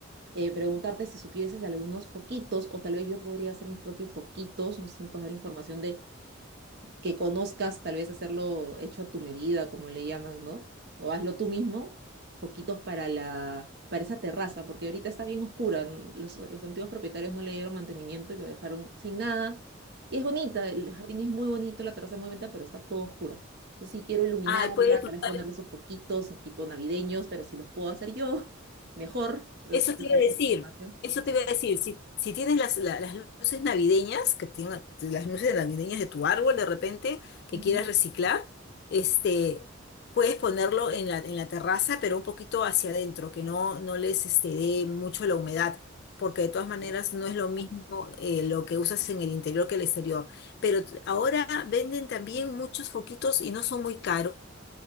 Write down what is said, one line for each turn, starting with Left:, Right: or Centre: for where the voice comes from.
Right: eh, preguntarte si supieses algunos foquitos o tal vez yo podría hacer mis propios foquitos, no sé si me puedes dar información de que conozcas, tal vez hacerlo hecho a tu medida, como le llaman, ¿no? O hazlo tú mismo, foquitos para la, para esa terraza, porque ahorita está bien oscura. n- Los, los antiguos propietarios no le dieron mantenimiento y lo dejaron sin nada. Y es bonita, el jardín es muy bonito, la terraza es muy bonita, pero está todo oscura. Entonces sí quiero iluminarla,
Left: Ay, puedes
Right: tal
Left: usar.
Right: vez ponerle esos foquitos tipo navideños, pero si los puedo hacer yo, <laughs> mejor. Entonces
Left: Eso
Right: tú te
Left: te
Right: puedes
Left: iba a decir,
Right: hacer información.
Left: eso te iba a decir, si, si tienes las, la- las luces navideñas, que tenga- las luces navideñas de tu árbol de repente, que
Right: Ujú.
Left: quieras reciclar, este, puedes ponerlo en la, en la terraza, pero un poquito hacia adentro, que no, no les este, dé mucho la humedad, porque de todas maneras
Right: Claro.
Left: no es lo mismo eh, lo que usas en el interior que el exterior. Pero t- ahora venden también muchos foquitos y no son muy caros,